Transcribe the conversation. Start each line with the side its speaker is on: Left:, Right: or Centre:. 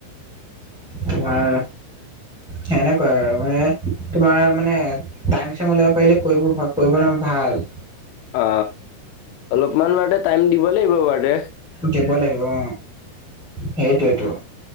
Centre: তোমাৰ সেনেকুৱা আৰু মানে তোমাৰ মানে টাইম চাইম ওলিয়াব পাৰিলে কৰিব কৰিব টাইমত ভাল।
Left: অ অলপমান বাৰু টাইম দিব লাগিব বাৰু দে।
Centre: দিব লাগিব অ, সেইটোৱে ত।